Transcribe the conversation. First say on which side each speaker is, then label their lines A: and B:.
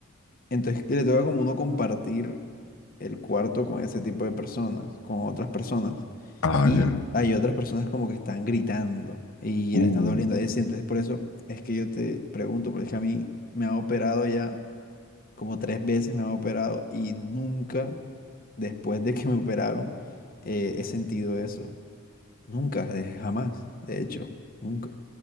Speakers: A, on the left; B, on the left.
A: entonces que le toca como uno compartir el cuarto con ese tipo de personas, con otras personas.
B: Ah,
A: Y
B: ya.
A: hay otras personas como que están gritando y
B: Uh,
A: le están doliendo. Es decir, entonces por eso es que yo te pregunto, porque es que a mí me han operado ya como tres veces me han operado y nunca después de que me operaron eh, he sentido eso. Nunca, de- jamás, de hecho, nunca.